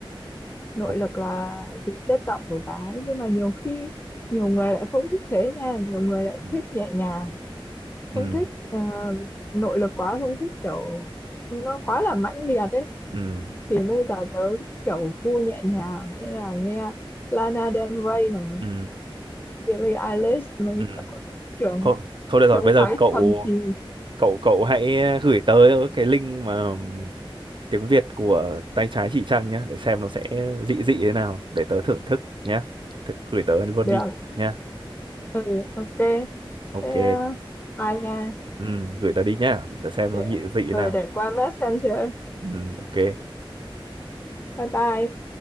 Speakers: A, on the left; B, on the right.
A: nội
B: Ồ,
A: lực là vì chất giọng của bà ấy nhưng mà nhiều khi nhiều người lại không thích thế nha nhiều người lại
B: ừ
A: thích nhẹ nhàng
B: ừ
A: không thích ờ, nội lực quá không thích kiểu nó quá là mãnh liệt ấy
B: ừ
A: thì bây giờ tớ kiểu gu nhẹ nhàng nên là nghe Lana Del Rey này
B: ừ
A: Billie Eilish mấy
B: ừ.
A: kiểu trưởng
B: thôi thôi được
A: trưởng
B: rồi bây giờ
A: phái
B: cậu
A: thầm thì
B: cậu cậu hãy ờ, gửi tới cái link mà tiếng Việt của tay trái chỉ trăng nhá để xem nó sẽ dị dị thế nào để tớ thưởng thức nhá Thử, gửi tớ luôn
A: được
B: đi nhá
A: ừ ok
B: ok
A: thế ờ, bye nha
B: Ừm, gửi tớ đi nhá để tớ xem
A: để
B: nó dị dị thế
A: ờ,
B: nào
A: để qua Messenger
B: Ừm, ok
A: bye bye